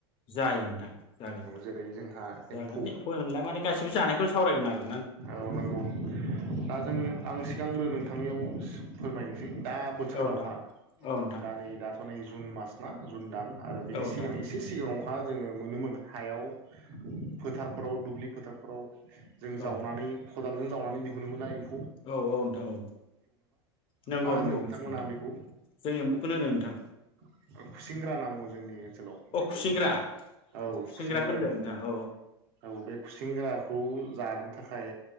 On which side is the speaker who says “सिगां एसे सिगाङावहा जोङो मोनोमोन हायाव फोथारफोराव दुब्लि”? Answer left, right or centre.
Right